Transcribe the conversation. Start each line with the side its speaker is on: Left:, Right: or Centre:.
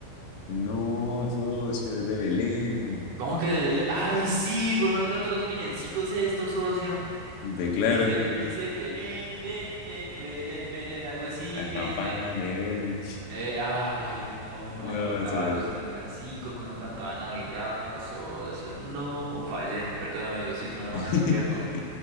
Left: No, socio, es de Belén.
Right: ¿Cómo que de Belén? Ay, sí, cuando uno canta los villancicos estos, socio.
Left: De claro,
Right: Dice,
Left: socio.
Right: dice Belén, Belén, Belén, Belén, algo así
Left: La
Right: es que
Left: campana
Right: dice.
Left: de Belén.
Right: Eh, ay, no,
Left: No,
Right: no me acordaba
Left: socio.
Right: de los villancicos que uno cantaba en Navidad, socio. No, fallé. Perdóname, Diosito, no me manda
Left: <laughs>
Right: al infierno.